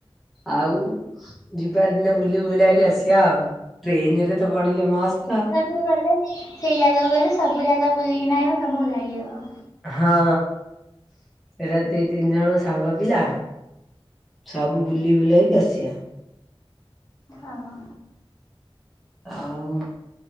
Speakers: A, in the centre; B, on the left (about 40°).
A: ଆଉ ଯିବା ଦିନେ ବୁଲି ବୁଲାକି ଆସିବା ଆଉ। ଟ୍ରେନରେ ତ ପଡିଲେ ମସ୍ତ ଆଉ।
B: କୁ ଗଲେ ସେଇ ଜାଗାକୁ ଗଲେ ସବୁ ଜାଗା ବୁଲି କିନା ଆସିବ ସବୁ ଭଲ ଲାଗିବ।
A: ହଁ ଏରା ଦି ତିନି ଜଣ ସାଙ୍ଗ ପିଲା ସବୁ ବୁଲି ବୁଲାକି ଆସିଅ।
B: ଆଓ।
A: ଆଉ